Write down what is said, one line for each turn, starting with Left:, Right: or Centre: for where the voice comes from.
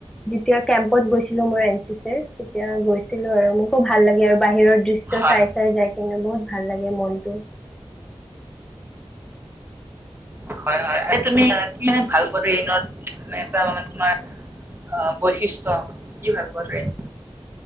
Centre: যেতিয়া, কেম্পত গৈছিলো মই এন চি চিৰ তেতিয়া গৈছিলো আৰু মোকো ভাল লাগে আৰু বাহিৰৰ দৃশ্য
Right: হয়
Centre: চাই চাই যাই কিনে বহুত ভাল লাগে মনটো।
Right: হয় হয় তুমি কি মানে ভাল পোৱা ট্ৰেইনত এটা মানে তোমাৰ বৈশিষ্ট্য় কি ভাল পোৱা ট্ৰেইন